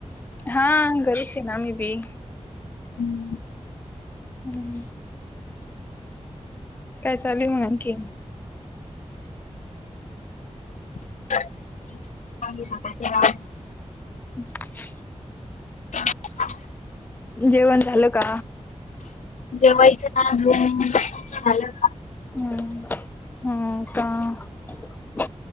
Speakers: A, on the left; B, on the left.
A: हा घरीच है ना आमी बी
B: हम्म
A: हम्म काय चालू आहे मग आणखीन?
B: <unintelligible>
A: <inaudible>
B: <inaudible>
A: जेवण झालं का?
B: जेवायचं ना अजून.. झालं का?
A: हम्.. हम्.. ह्म्म्म.. का